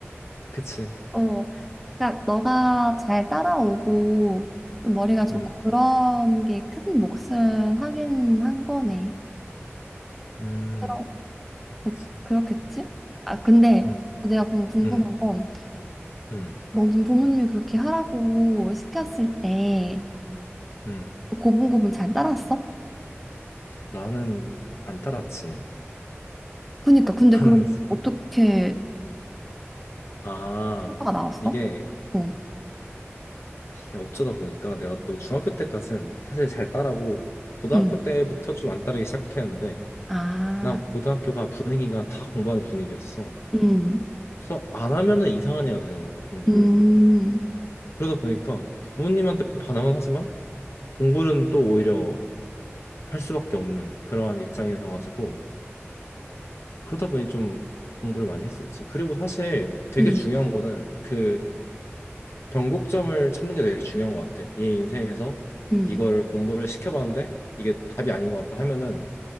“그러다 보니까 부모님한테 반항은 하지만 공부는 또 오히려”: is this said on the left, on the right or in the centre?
Left